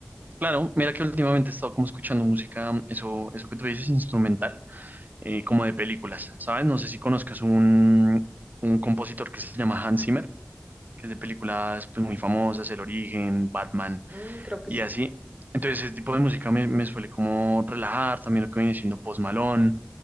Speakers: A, on the right; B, on the right.
A: Claro, mira que últimamente he estado como escuchando música, mm, eso, eso que tú dices, instrumental, eh, como de películas, ¿sabes? No sé si conozcas un, un compositor que se llama Hans Zimmer, que es de películas pues,
B: Mm,
A: muy famosas, El Origen, Batman
B: mm, creo que
A: y
B: sí.
A: así. Entonces ese tipo de música me, me suele como relajar, también lo que viene siendo Post Malone,